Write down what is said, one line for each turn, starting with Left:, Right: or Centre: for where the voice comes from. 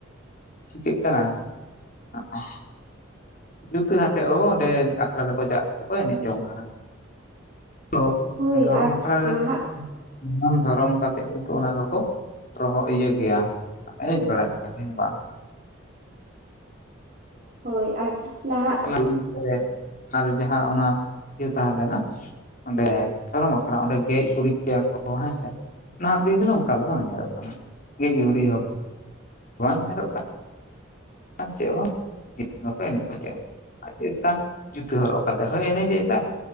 Left: ᱪᱤᱠᱟᱹᱜ ᱠᱟᱱᱟ <inaudible> ᱡᱩᱛᱟᱹ ᱟᱛᱮ ᱦᱚᱸ ᱚᱸᱰᱮ ᱟᱠᱷᱲᱟ ᱨᱮᱠᱚ ᱪᱟᱜ ᱠᱟᱛᱮᱜ ᱠᱚ ᱮᱱᱮᱡ ᱡᱚᱝ ᱠᱟᱱᱟ᱾ ᱛᱚ
Right: ᱦᱳᱭ
Left: ᱫᱷᱚᱨᱚᱢ
Right: ᱟᱨ
Left: ᱟᱠᱷᱲᱟ ᱨᱮᱼᱼ
Right: ᱱᱟᱦᱟᱜ
Left: ᱥᱟᱱᱟᱢ ᱫᱷᱚᱨᱚᱢ ᱠᱟᱛᱮᱜ ᱠᱤᱱᱛᱩ ᱚᱱᱟ ᱫᱚᱠᱚ ᱨᱚᱦᱚ ᱤᱭᱟᱹ ᱜᱮᱭᱟ ᱮᱱᱮᱡ ᱵᱟᱲᱟᱜ ᱦᱮᱸ ᱵᱟᱝ
Right: ᱦᱳᱭ ᱟᱨ ᱱᱟᱦᱟᱜ
Left: <unintelligible> ᱨᱮ ᱟᱨ ᱡᱟᱦᱟᱸ ᱚᱱᱟ ᱤᱭᱟᱹ ᱛᱟᱦᱮᱸ ᱞᱮᱱᱟᱼᱼ ᱚᱸᱰᱮ ᱫᱷᱟᱨᱚᱢ ᱟᱠᱷᱲᱟ ᱚᱸᱰᱮ ᱜᱮᱡ ᱜᱩᱨᱤᱡ ᱜᱮᱭᱟ ᱠᱚ ᱦᱮᱸ ᱥᱮ᱾ ᱱᱟᱦᱟᱜ ᱫᱤᱱᱫᱚ ᱱᱟᱜ ᱚᱱᱠᱟ ᱫᱚ ᱵᱟᱝ ᱧᱮᱞᱚᱜ ᱠᱟᱱᱟ ᱜᱮᱡ ᱜᱩᱨᱤᱡ ᱦᱚᱸᱼᱼ ᱵᱟᱝ ᱧᱮᱞᱚᱜ ᱠᱟᱱ <inaudible> ᱪᱮᱫ ᱵᱟᱝ ᱫᱚᱠᱚ ᱮᱱᱮᱡ <inaudible> ᱵᱷᱟᱜᱤᱼᱟ᱾ ᱟᱨ ᱪᱮᱫ ᱞᱮᱠᱟ ᱡᱩᱛᱟᱹ ᱦᱚᱨᱚᱜ ᱠᱟᱛᱮ ᱦᱚᱭ ᱮᱱᱮᱡ ᱮᱫᱟᱭ᱾